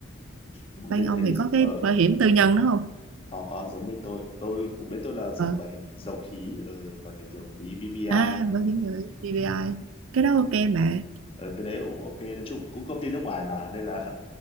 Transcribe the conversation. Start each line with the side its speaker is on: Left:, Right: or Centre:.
Left: đúng rồi
Right: bên
Left: thế
Right: ông
Left: thế thì
Right: thì có cái
Left: ở
Right: bảo hiểm tư nhân đó không
Left: có có giống bên tôi tôi bên tôi là dùng
Right: Ờ,
Left: bảo hiểm dầu khí ừ, bảo hiểm dầu khí BVI
Right: à bảo hiểm BBI cái đó ok mà
Left: ừ, cái đấy cũng ok nói chung cũng công ty nước ngoài mà nên là